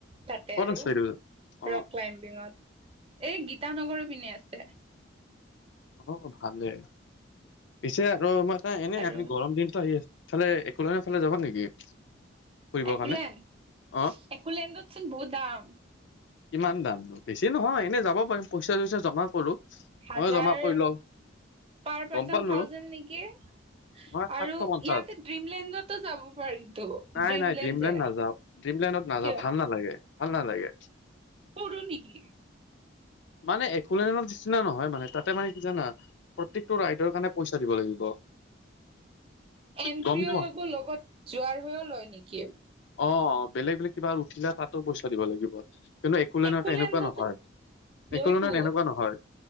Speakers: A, on the right; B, on the left.
A: তাতে
B: ক'ত
A: আৰু।
B: আছ এইটো অ
A: ৰক ক্লাইম্বিঙত, এই গীতানগৰ পিনে আছে।
B: অ ভালে, পিছে আৰু মানে এনে
A: আৰু
B: আমি গৰম দিনতো আহি আছ ইফালে একুলেন ফালে যাবা নেকি? ফুৰিবৰ
A: একুলেণ্ড
B: কাৰণে অ
A: একুলেণ্ডতচোন বহুত দাম।
B: ইমান দাম বেছি নহয়, এনেই যাব পাৰিম পইচা চইচা জমা কৰো।
A: হাজাৰ
B: ময়ো জমা কৰি লওঁ।
A: পাৰ পাৰ্চন
B: গম পালো
A: থাউজেণ্ড নেকি?
B: নহয় সাতশ
A: আৰু
B: পঞ্চাশ
A: ইয়াতে ড্ৰিমলেণ্ডতো যাব পাৰিতো ড্ৰিমলেণ্ড
B: নাই নাই
A: যে।
B: নাযাও ড্ৰিমলেণ্ডত নাযাওঁ
A: কিয়
B: ভাল নালাগে ভাল নালাগে।
A: সৰু নেকি?
B: মানে একোলেণ্ডৰ নিচিনা নহয় মানে তাত তে মানে কি জানা, প্ৰত্যেকটো ৰাইডৰ কাৰণে পইচা দিব লাগিব।
A: এন্ট্ৰি
B: গম পোৱা
A: লগ লগত, যোৱাৰ হৈও লয় নেকি?
B: অ বেলেগ বেলেগ কিবা উঠিলে তাতো পইচা দিব লাগিব। কিন্তু একুলেণ্ডত
A: একোলেণ্ডতো
B: এনেকুৱা নহয়, একুলেণ্ড
A: লয়তো
B: এনেকুৱা নহয়,